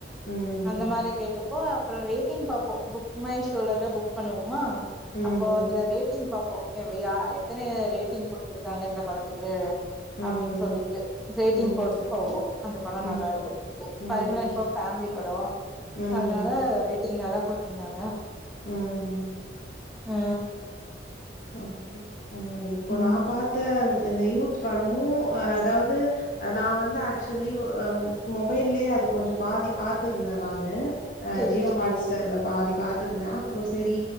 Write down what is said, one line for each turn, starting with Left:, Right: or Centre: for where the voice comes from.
Left: ம்
Centre: அந்த மாரி கேட்டுப்போ அப்புறோ ரேட்டிங் பாப்போ புக் மை ஷோலதா புக் பண்ணுவோமா
Left: ம்
Centre: அப்போ அதுல ரேட்டிங் பாப்போ யா எத்தன ரேட்டிங் குடுத்துருக்காங்க இந்த படத்துக்கு
Left: ம் ம்
Centre: அப்டின்னு சொல்லிட்டு ரேட்டிங்
Left: ம்
Centre: போத்து போவோ அந்த படம்
Left: ம்
Centre: நல்லா இருக்கு அப்டின்டு
Left: ம் ம்
Centre: பரிமலன் கோ ஃபேம்மிலி படோ
Left: ம்.
Centre: அதனால ரேட்டிங் நல்லா கொடுத்திருந்தாங்க
Left: ம்.
Centre: ஆ
Left: ஓகே ஆ இப்போ
Centre: ம்
Left: நா பாத்த இந்த யூத் படமு அதாவது நா வந்து ஆக்சுவலி ஆ மொபைல்லயே அது கொஞ்சோ பாதி பாத்துருந்தே நானு அ
Centre: செரி
Left: ஜியோ
Centre: செரி
Left: ஹாட் ஸ்டார் இல பாதி பாத்துருந்தே அப்புற சேரி